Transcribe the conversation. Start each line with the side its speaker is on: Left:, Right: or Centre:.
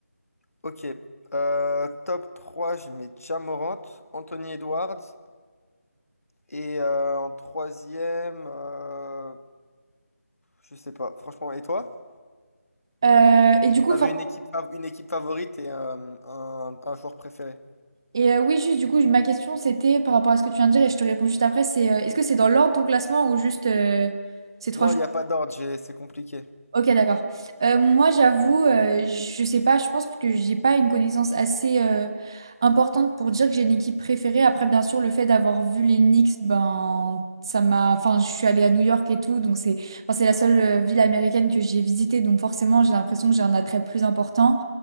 Left: Ok. euh, top 3, je mets Ja Morant, Anthony Edwards. Et euh, en troisième, euh, je sais pas. Franchement, et toi?
Right: Euh, et du coup,
Left: T'avais
Right: enfin,
Left: une équipe, fav- une équipe favorite et euh, un, un joueur préféré.
Right: et euh, oui, juste, du coup, ma question, c'était par rapport à ce que tu viens de dire, et je te réponds juste après, c'est euh, est-ce que c'est dans l'ordre ton classement ou juste euh, ces trois
Left: Non, il n'y a pas d'ordre, j'ai- c'est compliqué.
Right: Ok, d'accord. Euh, moi, j'avoue, euh, je sais pas, je pense que j'ai pas une connaissance assez euh, importante pour dire que j'ai une équipe préférée. Après, bien sûr, le fait d'avoir vu les Knicks, ben, ça m'a. Enfin, je suis allée à New York et tout, donc c'est enfin, c'est la seule euh, ville américaine que j'ai visitée, donc forcément, j'ai l'impression que j'ai un attrait plus important.